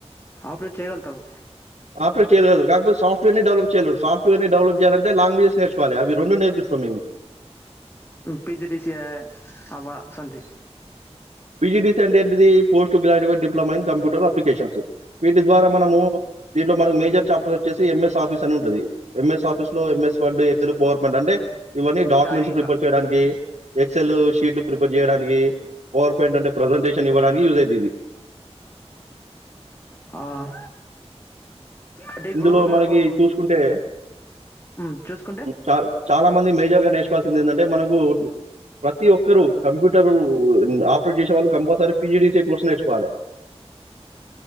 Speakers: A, on the left; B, on the right.
A: ఆపరేట్ చేయగలుగుతావు.
B: ఆపరేట్ చేయ కద కాకపోతే సాఫ్ట్వేర్ని డెవలప్ చేయలేరు సాఫ్ట్వేర్ని డెవలప్ చేయాలంటే లాంగ్వేజెస్ నేర్చుకోవాలి అవి రెండు నేర్పిస్తాం మేము
A: పీజీడీసీఏ అవ అసొంటివి.
B: పిజిడిసిఎ అంటే ఏంటిది post graduate diploma in computer up applications వి ద్వారా మనము దీంట్లో మనకు మేజర్ చాప్టర్ వచ్చేసి ఎంఎస్ ఆఫీస్ అని ఉంటది ఎంఎస్ ఆఫీస్ లో MS word Excel power point అంటే ఇవన్నీ డాక్యుమెంట్స్
A: టాలీ ఇట్లా
B: ప్రిపేర్ చేయడానికి ఎక్స్ఎల్ షీట్లు ప్రిపేర్ చేయడానికి పవర్ పాయింట్ అంటే ప్రజెంటేషన్ ఇవ్వడానికి యూజ్ అయిద్దిది.
A: ఆ అంటే ఇప్పుడు
B: ఇందులో
A: మనకు
B: మనకి చూసుకుంటే
A: ఉమ్, చూసుకుంటే
B: చ చాలా మంది మేజర్గా నేర్చుకోవాల్సింది ఏందంటే మనకు ప్రతి ఒక్కరుూ కంప్యూటరు ఆపరేట్ చేసే వాళ్ళు కంపల్సరీ పిజిడిసిఎ కోర్సు నేర్చుకోవాలె